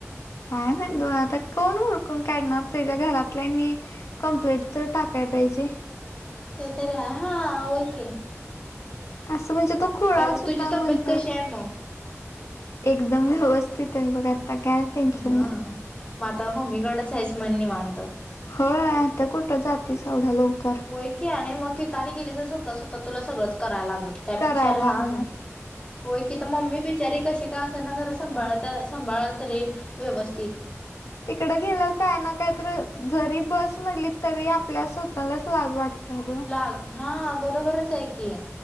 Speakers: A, on the left (about 75°); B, on the left (about 20°).
A: काय म्हणतोय, आता कोण हुडकून काढणार त्याच्या घरातल्यानी- कंप्लेट तर टाकाय पाहिजे.
B: ते तरी आहे हाय, हा होय कि.
A: असं म्हणजे, तो खुळाच
B: मग
A: होता
B: तुझी
A: म्हणत्यात.
B: तब्येत कशी आहे मग
A: एकदम व्यवस्थित आहे बघा, आता काय? टेन्शन
B: हा,
A: नाही
B: म आता मम्मीकडेच आहेच म्हण निवांत?
A: हो, आता कुठं जातीस एवढं लवकर?
B: होय की आणि मग तिथने गेली तर, स्वतःच स्वतः तुला सगळंच करायला लागल. त्यापेक्षा
A: कराय
B: राहा
A: लागणार
B: आणि. होय तिथ मम्मी बी- बिचारी कशी का असं ना, खरं सांभाळत्या, सांभाळल तरी व्यवस्थित.
A: तिकड गेलं काय ना काय तर, जरी बस म्हणली तरी आपल्या स्वतःलाच लाज वाटत्या अग.
B: <unintelligible> हा, बरोबरच आहे की.